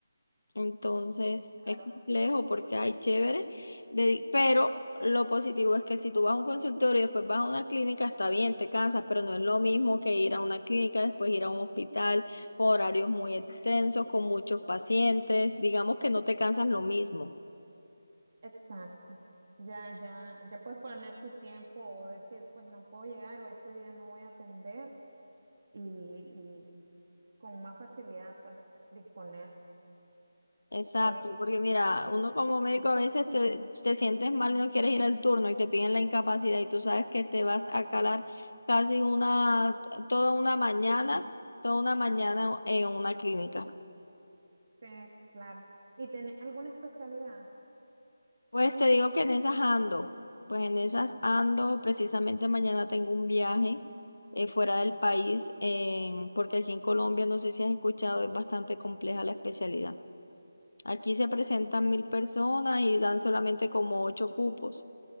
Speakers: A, on the left; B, on the right.
A: Entonces
B: Claro,
A: es complejo porque hay chévere, de- pero lo positivo es que si tú vas a un consultorio y después vas a una clínica, está bien, te cansas, pero no es lo mismo que ir a una clínica, después ir a un hospital con horarios muy extensos, con muchos pacientes, digamos que no te cansas lo mismo.
B: exacto. Ya, ya, ya puedes poner tu tiempo o decir, pues no puedo llegar o este día no voy a atender y, y con más facilidad, pues, disponer.
A: Exacto,
B: Eh, y,
A: porque mira,
B: y ten-
A: uno como médico a veces te, te sientes mal y no quieres ir al turno y te piden la incapacidad y tú sabes que te vas a calar casi una, toda una mañana, toda una mañana en una clínica.
B: sí, claro. ¿Y tenés alguna especialidad?
A: Pues te digo que en esas ando, pues en esas ando, precisamente mañana tengo un viaje eh, fuera del país, en- porque aquí en Colombia, no sé si has escuchado, es bastante compleja la especialidad. Aquí se presentan mil personas y dan solamente como ocho cupos.